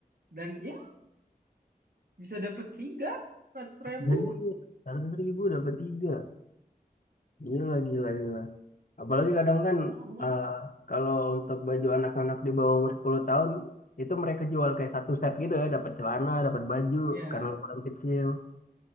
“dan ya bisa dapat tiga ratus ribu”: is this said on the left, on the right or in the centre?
Right